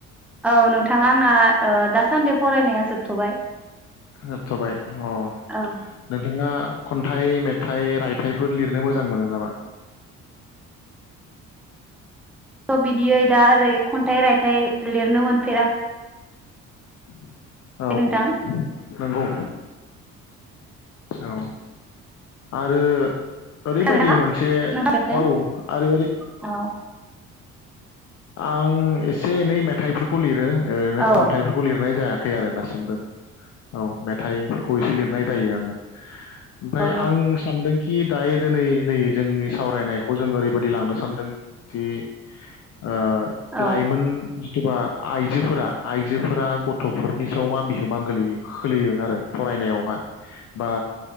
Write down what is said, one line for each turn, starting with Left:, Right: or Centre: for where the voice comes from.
Centre: औ नोंथां आंना ओ दासान्दि फरायनाया जोबथ'बाय।
Left: होबथ'बाय अ
Centre: औ
Left: नोंथाङा खन्थाइ, मेथाइ, रायथाइफोर लिरनो मोजां मोनो नामा?
Centre: थ' बिदियै दा ओरै खन्थाइ रायथाइ लिरनो मोनफेराख
Left: <inaudible> औ
Centre: नोंथां।
Left: औ नंगौ। औ आरो ओरैबादि
Centre: खोनादोंना
Left: मोनसे
Centre: नोंथां लिरदों?
Left: औ आरो ओरै
Centre: औ
Left: आंङो एसे एनै मेथाइफोरखौ लिरो ओ ओरैनो
Centre: औ
Left: खन्थाइफोरखौ लिरनाय जाया। खै आरो दासिमबो औ मेथाइ खौ एसे लिरनाय जायो आङो। ओमफाय
Centre: औ नंगौ
Left: आं सानदोंखि दायो दिनै नै जोंनि सावरायनायखौ जों ओरैबायदि लांनो सानदों दि ओ
Centre: औ
Left: लाइमोन सोरबा आइजोफोरा आइजोफोरा गथ'फोरनि सायाव मा बिहोमा गोलैयो खोलैयो आरो फरायनायावहा बा